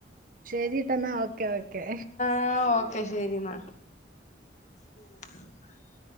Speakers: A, on the right (about 45°); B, on the left (about 40°).
A: ശരി ട്ടോ എന്നാ ഓക്കെ ഓക്കേ
B: ആഹ് ഓക്കെ ശരി എന്നാൽ <unintelligible>